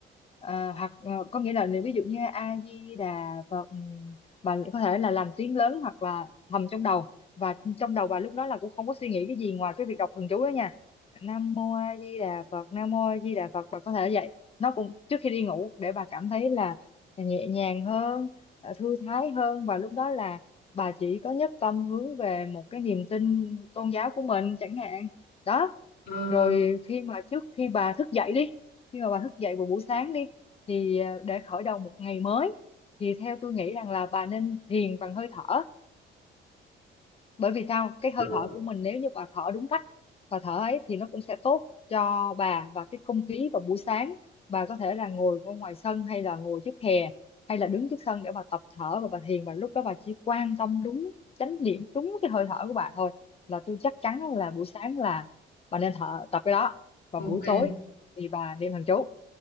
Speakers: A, on the left (about 30°); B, on the left (about 55°).
A: à, hoặc ờ, có nghĩa là niệm ví dụ như A Di Đà Phật ừm, bà có thể là làm tiếng lớn hoặc là thầm trong đầu và trong đầu bà lúc đó là cũng không có suy nghĩ cái gì ngoài cái việc đọc thần chú đó nha Nam mô A Di Đà Phật Nam mô A Di Đà Phật bà có thể vậy nó cũng trước khi đi ngủ để bà cảm thấy là nhẹ nhàng hơn ờ, thư thái hơn và lúc đó là bà chỉ có nhất tâm hướng về một cái niềm tin tôn giáo của mình chẳng hạn đó
B: ờ,
A: rồi khi mà trước khi bà thức dậy đi khi mà bà thức dậy vào buổi sáng đi thì à, để khởi đầu một ngày mới thì theo tôi nghĩ rằng là bà nên thiền bằng hơi thở bởi vì sao cái hơi
B: ờ,
A: thở của mình nếu như bà thở đúng cách và thở ấy thì nó cũng sẽ tốt cho bà và cái không khí vào buổi sáng bà có thể là ngồi ở ngoài sân hay là ngồi trước hè hay là đứng trước sân để bà tập thở và bà thiền và lúc đó bà chỉ quan tâm đúng chánh niệm đúng cái hơi thở của bà thôi là tôi chắc chắn là buổi sáng là bà nên thở tập cái đó và
B: ok
A: buổi tối thì bà niệm thần chú